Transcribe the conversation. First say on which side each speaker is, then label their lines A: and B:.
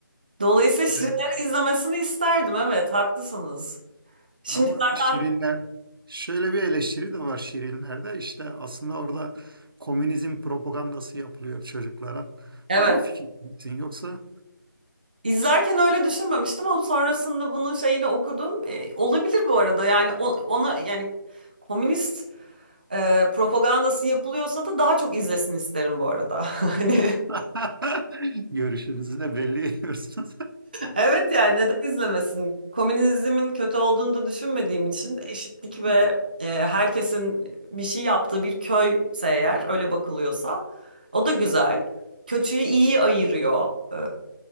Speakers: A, on the right (about 25°); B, on the right (about 80°).
A: Dolayısıyla Şirinleri
B: Yani
A: izlemesini isterdim. Evet, haklısınız. Şimdi
B: ama
A: zaten
B: Şirinler şöyle bir eleştiri de var Şirinler'de. İşte aslında orada komünizm propagandası yapılıyor çocuklara.
A: evet.
B: Aynı fikir misin? Yoksa
A: İzlerken öyle düşünmemiştim ama sonrasında bunun şeyini okudum. E, olabilir bu arada. Yani o- ona yani komünist e, propagandası yapılıyorsa da daha çok izlesin isterim bu arada. <laughs> Hani
B: <laughs> Görüşünüzü de belli ediyorsunuz.
A: Evet yani neden izlemesin? Komünizmin kötü olduğunu da düşünmediğim için eşitlik ve
B: <laughs>
A: e, herkesin bir şey yaptığı bir köyse eğer öyle bakılıyorsa o da güzel. Kötüyü iyi ayırıyor. Ee,